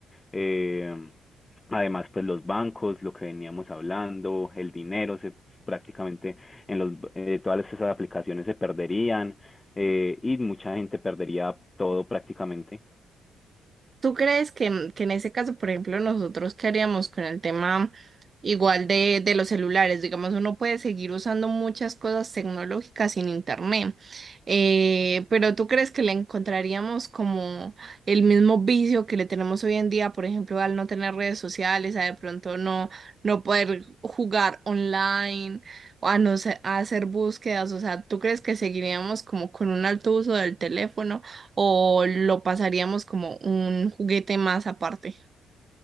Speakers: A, on the left; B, on the right.
A: Eh, Además, pues los bancos, lo que veníamos hablando, el dinero, se, prácticamente en los, eh, todas esas aplicaciones se perderían eh, y mucha gente perdería todo prácticamente.
B: ¿Tú crees que, en que en ese caso, por ejemplo, nosotros qué haríamos con el tema igual de, de los celulares? Digamos, uno puede seguir usando muchas cosas tecnológicas sin internet, eh, pero ¿tú crees que le encontraríamos como el mismo vicio que le tenemos hoy en día, por ejemplo, al no tener redes sociales, a de pronto no, no poder jugar online, o a no se- a hacer búsquedas? O sea, ¿tú crees que seguiríamos como con un alto uso del teléfono? o lo pasaríamos como un juguete más aparte?